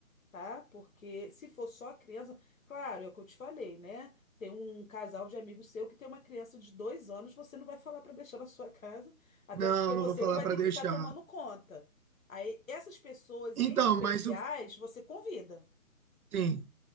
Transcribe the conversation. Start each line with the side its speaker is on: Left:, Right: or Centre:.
Left: tá? Porque se for só a criança, claro, é o que eu te falei, né? Tem um casal de amigos seu que tem uma criança de dois anos, você não vai falar para deixar na sua casa, até
Right: Não,
Left: porque você
Right: não vou falar
Left: que vai
Right: para
Left: ter
Right: deixar.
Left: que ficar tomando conta. Aí, essas pessoas
Right: Então,
Left: em especiais,
Right: mas o
Left: você convida.
Right: sim.